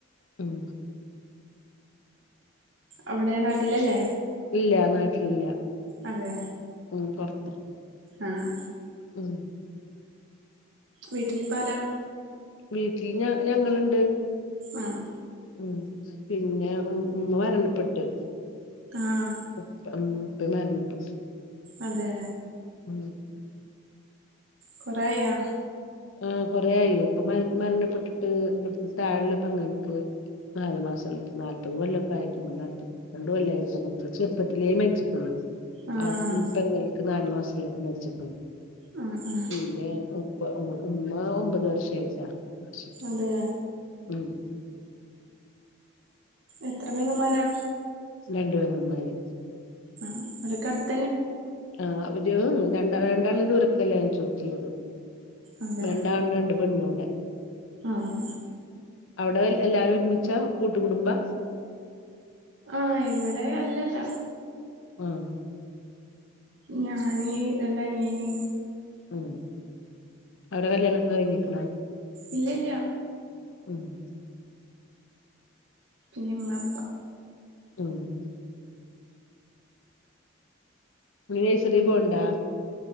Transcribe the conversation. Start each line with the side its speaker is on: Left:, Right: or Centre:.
Left: ഉം
Right: അവിടെ നാട്ടിലല്ലേ
Left: ഇല്ല നാട്ടിലില്ല
Right: അതെ
Left: ഉം പൊർത്താ
Right: ആഹ്
Left: ഉം
Right: വീട്ടിലിപ്പോ ആരാ
Left: വീട്ടിൽ ഞ ഞങ്ങള്ണ്ട്
Right: ആഹ്
Left: ഉം പിന്നെ ഉ ഉമ്മ മരണപ്പെട്ട്
Right: ആഹ്
Left: ഉപ്പ ഉം ഉപ്പേം മരണപെട്ട്
Right: അതെ
Left: ഉം
Right: കോറേയാ
Left: ആഹ് കൊറേ ആയി ഇപ്പ മര മരണപ്പെട്ടിട്ട് ഇവട്ത്തെ താഴള്ള പെങ്ങൾക്ക് നാല് മാസം ഇള്ളത് നല്പ്പത് കൊല്ലോക്കെ ആയിട്ട്ണ്ട് നാൽപത് രണ്ടു കൊല്ലായി ഇപ്പം മരിച്ചിട്ട് ചെറുപ്പത്തിലേ മരിച്ച്ക്ക്ണ്.
Right: ആഹ്
Left: ആ ഹ്മ്മ് പെങ്ങൾക്ക് നാല് മാസല്ലപ്പ മരിച്ച്ക്ക്ണ്
Right: ആഹ് ആഹ്
Left: പിന്നെ ഉപ്പ ഉമ്മ ഒമ്പത് വർഷായിച്ചാ മരിച്ചിട്ട്.
Right: അതെ
Left: ഹ്മ്മ്
Right: എത്ര പെങ്ങമാരാ
Left: രണ്ട് പെങ്ങമ്മാര്.
Right: ആഹ് അവരൊക്കെ കട്
Left: ആഹ് അവര് രണ്ട രണ്ടാള് ദൂരത്ക്കാ കല്യാണം കഴിച്ചൊട്ത്ത്ള്ളത്
Right: അതെ
Left: രണ്ടാണും രണ്ട് പെണ്ണു ആ ഇബടെ
Right: ആഹ്
Left: അവ്ടെ എല്ലാരും ഒരുമിച്ചാ കൂട്ടുകുടുംബാ
Right: ആഹ് ഇവിടെ അല്ലല്ല
Left: ആഹ്
Right: ഞാന് രണ്ടനിയന്
Left: ഹ്മ്മ്, അവരെ കല്യാണമൊക്കെ കഴിഞ്ഞ്ക്ക്ണോ
Right: ഇല്ലല്ല
Left: ഹ്മ്മ്
Right: പിന്നെ ഇമ്മ ഇപ്പ.
Left: ഹ്മ്മ് <unintelligible> നഴ്സറി പോവ്ണ്ടാ?